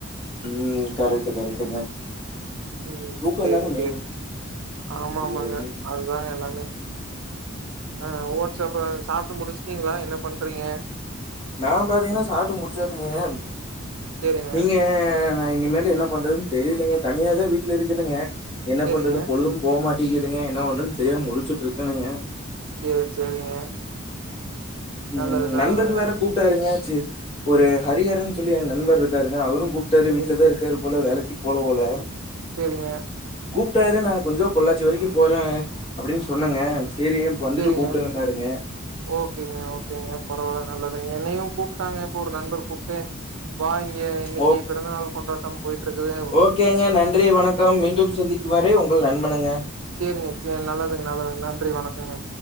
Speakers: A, on the left (about 25°); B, on the right (about 80°).
A: ம் கரெக்ட்டு கரெக்ட்டுங்க
B: ம்
A: தூக்கந்தாங்க
B: சேரி
A: மெயினு
B: சேரி ஆமா
A: சேரிங்க
B: ஆமாங்க அது தாங்க எல்லாமே ஆ ஓட்ஸ் அப்புறோ சாப்ட்டு முடிச்சுட்டீங்களா என்ன பண்றீங்க
A: நா பாத்தீங்கன்னா சாப்ட்டு முடிச்சாசுங்கேன்
B: சேரிங்க
A: நீங்க நா இனிமேலு என்ன பண்றதுன்னு தெரிலீங்க தனியா தா வீட்ல இருக்குறங்க என்ன
B: சேரிங்க
A: பண்றது பொழுதும் போ மாட்டேங்கிதுங்க என்ன பண்றதுன் தெரியாம முழிச்சுட்டு இருக்கனுங்க
B: சேரி சேரிங்க
A: ம்
B: நல்லது நல்லதுங்க
A: நண்பர் வேற கூப்ட்டாருங்க சேரி ஒரு ஹரிகரன்னு சொல்லி என் நண்பர் இருக்காருங்க அவரும் கூப் டாரு
B: சேரிங்க
A: வீட்ல தா இருக்காரு போல வேலைக்கு போல போல
B: செரிங்க
A: கூப்ட்டாரு நா கொஞ்சோ பொள்ளாச்சி வரைக்கு போறே அப்டின்னு சொன்னங்க சேரி வந்துட்டு
B: சேரிங்க
A: கூப்புடுங்ன்னாருங்க
B: ஓகேங்க ஓகேங்க பரவால நல்லதுங்க என்னையு கூப்ட்டாங்க இப்ப ஒரு நண்பர் கூப்ட்டு வா இங்க இன்னைக்கி
A: ஓ
B: பிறந்த நாள் கொண்டாட்டம் போய்ட்டு இருக்குது
A: ஓகேங்க நன்றி வணக்கம் மீண்டும் சந்திக்கு வரை உங்கள் நண்பனுங்க
B: சேரிங்க சேர் நல்லதுங் நல்லதுங்க நன்றி வணக்கொங்க